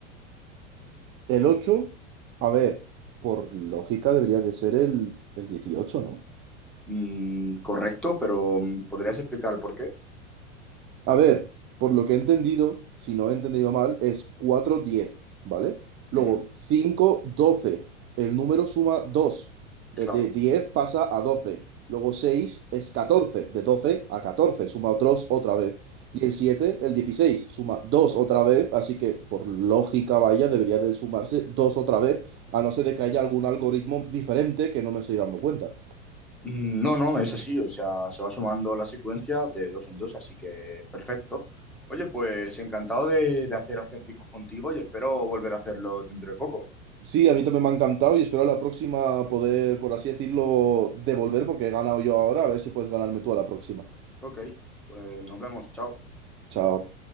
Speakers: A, on the right; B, in the centre.
A: El 8. a ver, por lógica debería de ser el, el 18, ¿no?
B: Mm, correcto, pero mm, ¿podrías explicar el por qué?
A: A ver, por lo que he entendido, si no he entendido mal, es cuatro diez, ¿vale? Luego,
B: Ujú,
A: cinco doce. El número suma 2. Desde
B: claro.
A: 10 pasa a 12. Luego 6 es 14. De doce a 14 suma otros otra vez. Y el 7 el 16 suma 2 otra vez. Así que, por lógica, vaya, debería de sumarse 2 otra vez. A no ser de que haya algún algoritmo diferente que no me estoy dando cuenta.
B: Mm, No, no, es así, o sea, se va sumando la secuencia de dos en dos, así que perfecto. Oye, pues encantado de, de hacer acertijos contigo y espero volver a hacerlo dentro de poco.
A: Sí, a mí también me ha encantado y espero a la próxima poder, por así decirlo, devolver porque he ganado yo ahora. A ver si puedes ganarme tú a la próxima.
B: Ok, pues nos vemos, chao.
A: Chao.